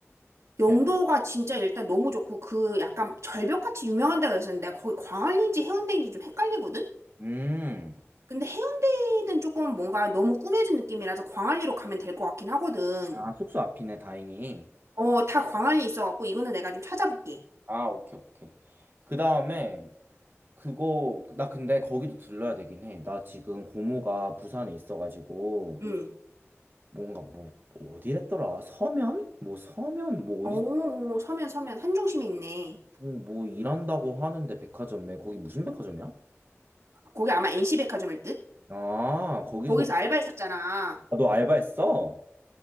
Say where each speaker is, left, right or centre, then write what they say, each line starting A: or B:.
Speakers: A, on the right; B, on the right.
A: 영도가
B: 야,
A: 진짜 일단 너무 좋고 그 약간 절벽같이 유명한 데가 있었는데 거기 광안리인지 해운대인지 좀 헷갈리거든?
B: 음,
A: 근데 해운대는 조금 뭔가 너무 꾸며진 느낌이라서 광안리로 가면 될 것 같긴 하거든.
B: 아, 숙소 앞이네, 다행히.
A: 어, 다 광안리 있어갖고 이거는 내가 좀 찾아볼게.
B: 아, 오케이, 오케이. 그 다음에 그거 나 근데 거기도 들러야 되긴 해. 나 지금 고모가 부산에 있어가지고
A: 응.
B: 뭔가 뭐 뭐 어디랬더라? 서면? 뭐 서면 뭐
A: 어,
B: 어디
A: 서면 서면 한중심에 있네.
B: 뭐, 뭐 일한다고 하는데 백화점에 거기 무슨 백화점이야?
A: 거기 아마 NC백화점일 듯?
B: 아 거기서
A: 거기서 알바했었잖아.
B: 아, 너 알바했어?